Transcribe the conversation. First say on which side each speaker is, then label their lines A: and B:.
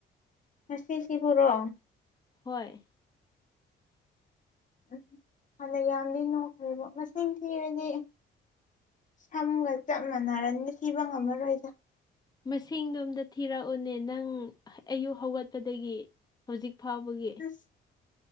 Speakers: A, on the left; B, on the left.
A: ꯉꯁꯤꯁꯤꯕꯨꯔꯣ
B: ꯍꯣꯏ
A: ꯎꯝ ꯐꯅ ꯌꯥꯝꯗꯤ ꯅꯣꯛꯈ꯭ꯔꯦꯕꯣ ꯃꯁꯤꯡ ꯊꯤꯔꯗꯤ ꯁꯝꯒ ꯆꯞ ꯃꯥꯟꯅꯔꯅꯤ ꯊꯤꯕ ꯉꯝꯃꯔꯣꯏꯗ
B: ꯃꯁꯤꯡꯗ ꯑꯝꯗ ꯊꯤꯔꯛꯎꯅꯦ ꯅꯪ ꯑꯌꯨꯛ ꯍꯧꯒꯠꯄꯗꯒꯤ ꯍꯧꯖꯤꯛ ꯐꯥꯎꯕꯒꯤ
A: ꯑꯁ